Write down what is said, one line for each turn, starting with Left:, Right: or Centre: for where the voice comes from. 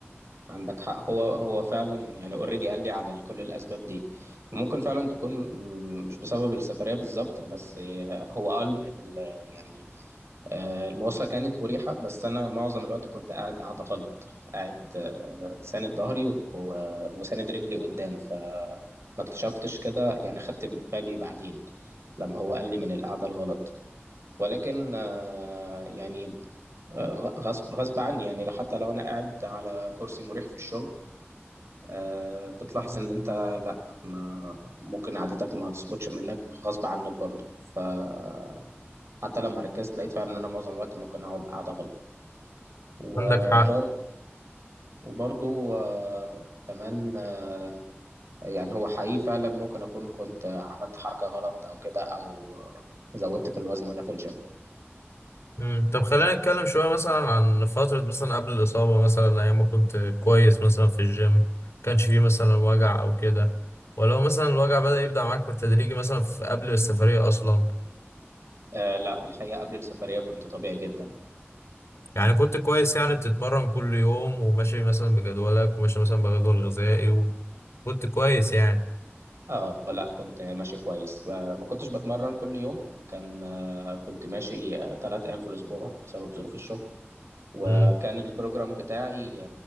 Right: عندك حق هو هو فعلا يعني اوريدي قال لي على كل الاسباب دي ممكن فعلا تكون م- مش بسبب السفريه بالظبط بس هو قال ال- يعني آه، المواصله كانت مريحه بس انا معظم الوقت كنت قاعد قاعده غلط قاعد آه، ساند ظهري و- و- وساند رجلي قدام فما اكتشفتش كده يعني خدت بالي بعدين لما هو قال لي من القعده الغلط ولكن آه، يعني آه، غصب غصب عني يعني لو- حتى لو انا قاعد على كرسي مريح في الشغل آه، بتلاحظ ان انت لا ما ممكن قعدتك ما تظبطش منك غصب عنك برضه فحتى لما ركزت لقيت فعلا ان انا معظم الوقت ممكن اقعد قاعدة غلط وبرضه
Left: عندك حق
Right: وبرضه آه، كمان آه، يعني هو حقيقي فعلا ممكن اكون كنت عملت حركة غلط او كده او زودت في الوزن وانا في الجيم
Left: مم. طب خلينا نتكلم شوية مثلا عن فترة مثلا قبل الإصابة مثلا أيام ما كنت كويس مثلا في الجيم كانش فيه مثلا وجع أو كده ولو مثلا الوجع بدأ يبدأ معاك بالتدريج مثلا في قبل السفرية أصلا
Right: آه لا الحقيقة قبل السفرية كنت طبيعي جدا
Left: يعني كنت كويس يعني بتتمرن كل يوم وماشي مثلا بجدولك وماشي مثلا بجدول غذائي وكنت كويس يعني
Right: اه لا كنت ماشي كويس آه، ما كنتش بتمرن كل يوم كان آه، كنت ماشي آه، تلات أيام في الأسبوع بسبب ظروف الشغل وكان
Left: مم.
Right: البروجرام بتاعي